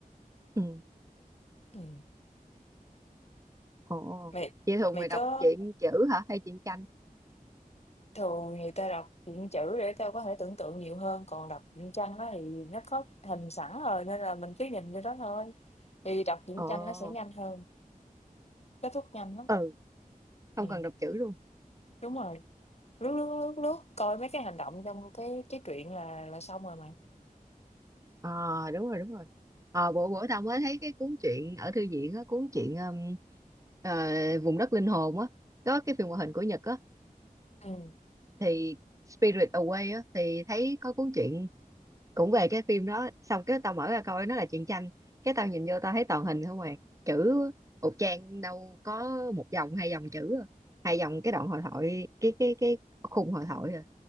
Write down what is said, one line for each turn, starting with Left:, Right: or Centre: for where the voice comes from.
Right: ừ
Left: ừ.
Right: Ồ,
Left: mày
Right: vậy thường
Left: mày
Right: mày
Left: có
Right: đọc truyện chữ hả hay truyện tranh?
Left: thường thì tao đọc truyện chữ để tao có thể tưởng tượng nhiều hơn còn đọc truyện tranh đó thì nó có hình sẵn rồi nên là mình cứ nhìn vô đó thôi thì đọc truyện
Right: Ồ,
Left: tranh nó sẽ nhanh hơn kết thúc nhanh lắm
Right: ừ, không
Left: ừ.
Right: cần đọc chữ luôn.
Left: đúng rồi lướt lướt lướt lướt coi mấy cái hành động trong cái cái truyện là là xong rồi mày
Right: Ờ, đúng rồi, đúng rồi. Ờ, bữa bữa tao mới thấy cái cuốn truyện ở thư viện á, cuốn truyện um, ờ, Vùng đất linh hồn á, có cái phim hoạt hình của Nhật á,
Left: ừ.
Right: thì Spirit Away á, thì thấy có cuốn truyện cũng về cái phim đó, xong cái tao mở ra coi nó là truyện tranh, cái tao nhìn vô tao thấy toàn hình không à, chữ một trang đâu có một dòng hai dòng chữ, à. hai dòng cái đoạn hội thoại, cái cái cái khung hội thoại à